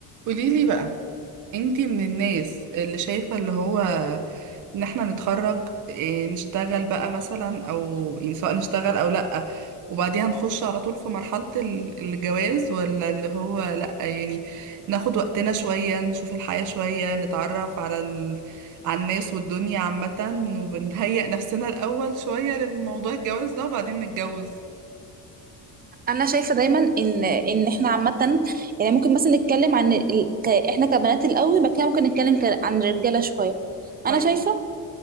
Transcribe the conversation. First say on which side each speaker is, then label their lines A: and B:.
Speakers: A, on the right (about 55°); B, on the right (about 25°).
A: قوليلي بقى انتي من الناس اللي شايفة اللي هو ان احنا نتخرج إيه، نشتغل بقى مثلا او يعني سواء نشتغل او لأ وبعديها نخش على طول في مرحلة ال- الجواز ولا اللي هو لأ يعني ناخد وقتنا شوية نشوف الحياة شوية نتعرف على ال... على الناس والدنيا عامة وبنهيئ نفسنا الأول شوية للموضوع الجواز ده وبعدين نتجوز
B: انا شايفه دايما ان ان احنا عامه يعني ممكن مثلا نتكلم عن ال- ك... احنا كبنات الاول بعد كده ممكن نتكلم ك... عن الرجاله شويه
A: طيب
B: انا شايفه